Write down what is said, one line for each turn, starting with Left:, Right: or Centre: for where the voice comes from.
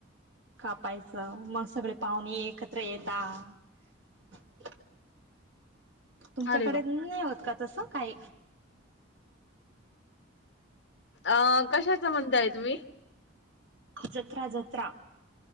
Right: कापायचं मग सगळे पाहुणे एकत्र येेतात तुमच्याकडे
Left: अरे वा
Right: नाही होत का तस काय
Left: अ कशाच म्हणताय तुम्ही
Right: जत्रा जत्रा